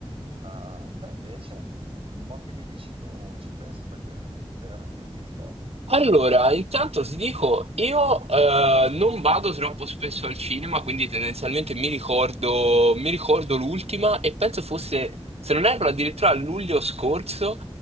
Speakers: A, on the right; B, on the right.
A: A te invece? Mo che mi dici tu, ci penso perché mm, veramente non mi ricordo.
B: Allora, intanto ti dico, io eh, non vado troppo spesso al cinema, quindi tendenzialmente mi ricordo, mi ricordo l'ultima e penso fosse, se non erro, addirittura a luglio scorso,